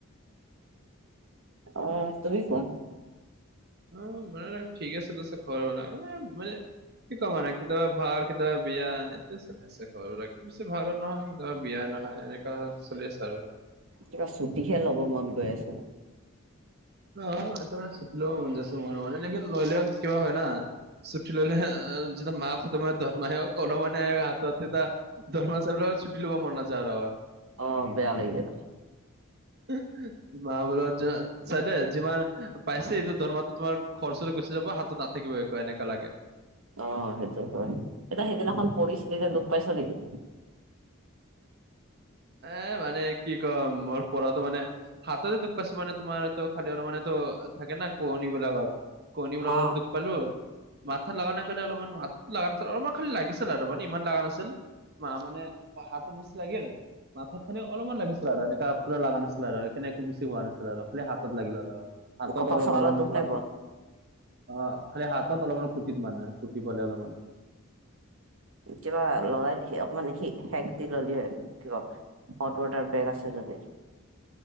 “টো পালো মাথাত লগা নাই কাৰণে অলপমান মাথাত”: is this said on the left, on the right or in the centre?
Right